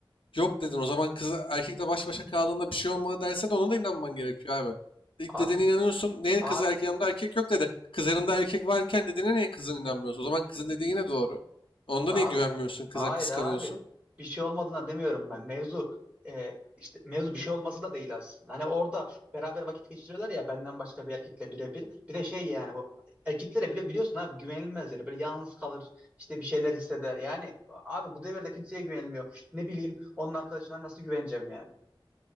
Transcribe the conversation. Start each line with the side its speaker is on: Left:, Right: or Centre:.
Left: Yok dedin. O zaman kız erkekle baş başa kaldığında bir şey olmadı derse de ona da inanman gerekiyor abi. İlk
Right: Abi
Left: dediğine inanıyorsun. Niye
Right: abi
Left: kız erkek yanında erkek yok dedi. Kız yanında erkek varken dediğine niye kızın inanmıyorsun? O zaman kızın dediği yine doğru. Onda
Right: Abi,
Left: niye güvenmiyorsun kıza
Right: hayır
Left: kıskanıyorsun?
Right: abi bir şey olmadığına demiyorum ben. Mevzu e, işte mevzu bir şey olması da değil aslında. Hani orada beraber vakit geçiriyorlar ya benden başka bir erkekle birebir. Bir de şey yani bu erkeklere bile biliyorsun abi güvenilmez yani böyle yalnız kalır işte bir şeyler hisseder. Yani abi bu devirde kimseye güvenilmiyor. Ne bileyim onun arkadaşına nasıl güveneceğim yani.